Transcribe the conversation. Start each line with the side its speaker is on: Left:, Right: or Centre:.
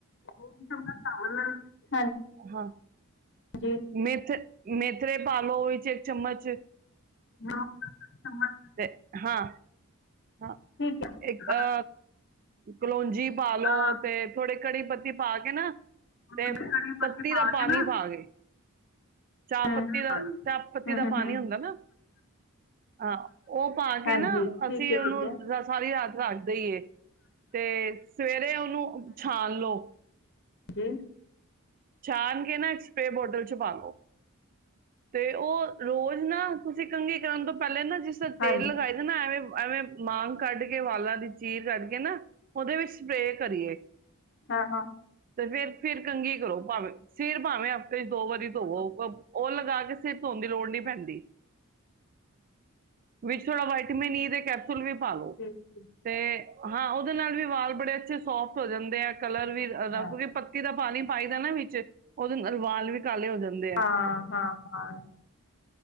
Left: ਦੋ ਚਮਚ ਚਾਵਲ ਲੈ ਲਓ
Right: ਹਾਂ।
Left: ਹਾਂਜੀ
Right: ਮੇਥਰ, ਮੇਥਰੇ ਪਾ ਲੋ ਇੱਕ ਚਮਚ
Left: ਨਮਕ ਚਮਚ
Right: ਤੇ, ਹਾਂ ਹਾਂ,
Left: ਠੀਕ ਹੈ।
Right: ਇੱਕ ਆ ਕਲੋਂਜੀ ਪਾ ਲੋ
Left: ਹਾਂ
Right: ਤੇ ਥੋੜੇ ਕੜੀ ਪੱਤੇ ਵਿੱਚ ਪਾ ਕੇ ਨਾ
Left: ਅ
Right: ਤੇ,
Left: ਕੜੀ
Right: ਪੱਤੀ
Left: ਪਾ
Right: ਦਾ ਪਾਣੀ
Left: ਕੇ ਨਾ
Right: ਪਾ ਦੇਉ। ਚਾਹ
Left: ਹੂੰ,
Right: ਪੱਤੀ ਦਾ, ਚਾਹ ਪੱਤੀ
Left: ਹੂੰ,
Right: ਦਾ
Left: ਹੂੰ,
Right: ਪਾਣੀ
Left: ਹੂੰ।
Right: ਹੁੰਦਾ ਏ ਨਾ, ਹਾਂ, ੍ ਉਹ ਪਾ ਕੇ
Left: ਹਾਂਜੀ,
Right: ਨਾ,
Left: ਠੀਕ
Right: ਅਸੀਂ
Left: ਹੈ,
Right: ਉਹਨੂੰ
Left: ਠੀਕ ਹੈ,
Right: ਸਾਰੀ ਰਾਤ ਰਖ ਸਹੀਏ ਤੇ, ਸਵੇਰੇ, ਉਹਨੂੰ ਛਾਣ ਲੋਓ।
Left: ਹੂੰ
Right: ਛਾਣ ਕੇ ਨਾ, ਸਪ੍ਰੇ ਬੋਟਲ ਚ ਪਾਲੋ। ਤੇ, ਉਹ ਰੋਜ਼ ਨਾ, ਤੁਸੀਂ ਕੰਘੀ ਕਰਨ ਤੋਂ ਪਹਿਲੇ ਨਾ, ਜਿਸ ਤਰ੍ਹਾਂ ਤੇਲ
Left: ਹਾਂਜੀ,
Right: ਲਗਾਈਦਾ ਏ ਨਾ ਐਵੇਂ, ਐਵੇਂ ਮਾਂਗ ਕੱਢ ਕੇ ਤੇ ਵਾਲਾਂ ਦੀ ਚੀਰ ਕੱਢ ਕੇ ਨਾ ਉਹਦੇ ਵਿੱਚ, ਸਪ੍ਰੇ ਕਰੀਏ,
Left: ਹਾਂ, ਹਾਂ,
Right: ਤੇ ਫੇਰ ਫੇਰ, ਕੰਘੀ ਕਰੋ। ਪਾਵੇਂ ਸਿਰ ਭਾਵੇਂ ਹਫ਼ਤੇ ਚ ਦੋ ਵਾਰੀ ਧੋਵੋ, ਉਹ ਲਗਾ ਕੇ ਸਿਰ ਧੋਣ ਦੀ ਲੋੜ ਨਹੀਂ ਪੈਂਦੀ, ਵਿੱਚ ਥੋੜ੍ਹਾ ਵਾਈਟਮਿਨ ਈ ਦੇ ਕੈਪਸੂਲ ਫੁੱਲ, ਵੀ ਪਾਾਲੋ
Left: ਠੀਕ, ਠੀਕ
Right: ਤੇ ਹਾਂ ਉਹਦੇ ਨਾਲ ਵੀ ਵਾਲ ਬੜੇ ਅੱਛੇ ਸੋਫਟ ਹੋ ਜਾਂਦੇ ਆ ਕਲਰ ਵੀ ਕਿਉਂਕਿ
Left: ਅੱਛਾ,
Right: ਪੱਤੀ ਦਾ ਪਾਣੀ ਪਾਈ ਦਾ ਨਾ ਵਿੱਚ ਉਹਦੇ ਨਾਲ ਵਾਲ ਵੀ ਕਾਲੇ ਹੋ ਜਾਂਦੇ ਆ
Left: ਹਾਂ ਹਾਂ ਹਾਂ ਅੱ